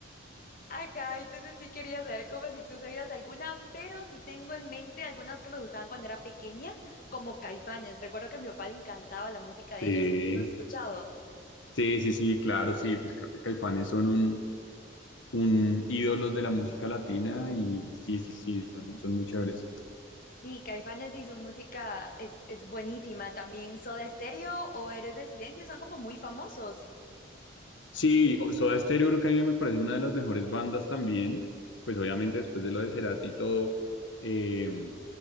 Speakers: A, on the left; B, on the left.
A: Ajá, entonces sí quería saber como si tú sabías alguna, pero sí tengo en mente algunas que me gustaban cuando era pequeña, como Caifanes. Recuerdo que a mi papá le encantaba la música de
B: <laughs>
A: ellos.
B: sí,
A: ¿No has escuchado?
B: sí, sí, sí, claro, sí, pues creo que Caifanes son un, un ídolos de la música latina y sí, sí, sí, son, son muy chéveres.
A: Sí, Caifanes y su música es, es buenísima. También Soda Stereo o Eres del Silencio son como muy famosos.
B: Sí, o- Soda Stereo creo que a mí me parece una de las mejores bandas también, pues obviamente después de lo de Cerati y todo. eh,